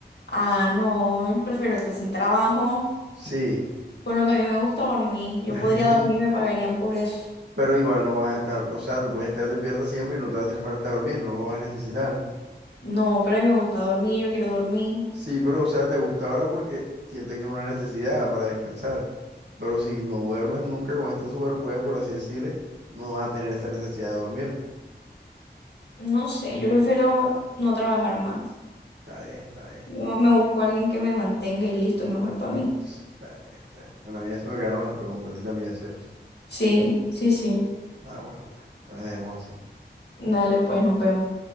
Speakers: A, on the left; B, on the right.
A: Ah, no, yo prefiero estar sin trabajo.
B: Sí.
A: Con lo que a mí me gusta dormir. Yo
B: <laughs>
A: podría dormir y me pagarían por eso.
B: pero igual no vas a estar, o sea, tú puedes estar despierta siempre y no te va a hacer falta dormir, no lo vas a necesitar.
A: No, pero a mí me gusta dormir, yo quiero dormir.
B: Sí, pero o sea, te gusta ahora porque sientes que es una necesidad para descansar, pero si no duermes nunca con este superpoder, por así decirle, no vas a tener esa necesidad de dormir.
A: No sé, yo prefiero no trabajar más.
B: Está bien, está bien.
A: Yo me busco a alguien que me mantenga y listo, mejor para mí.
B: Sí, Está bien, está bien. Bueno, a mí ya se me quedaron las preguntas, a ti también, ¿cierto?
A: Sí, sí, sí.
B: Ah, bueno, bueno, entonces dejemos así.
A: Dale, pues nos vemos.